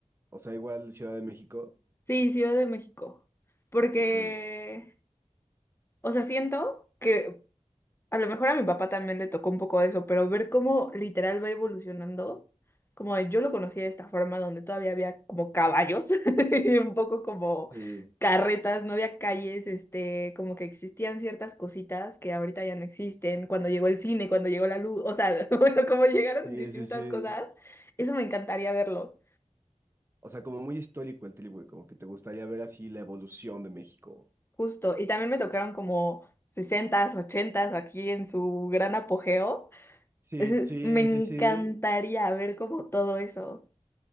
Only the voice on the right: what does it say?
O sea, igual Ciudad de México.
Ok.
Sí.
Sí,
sí, sí.
O sea, como muy histórico el trip, güey. Como que te gustaría ver así la evolución de México.
Sí,
sí,
sí, sí.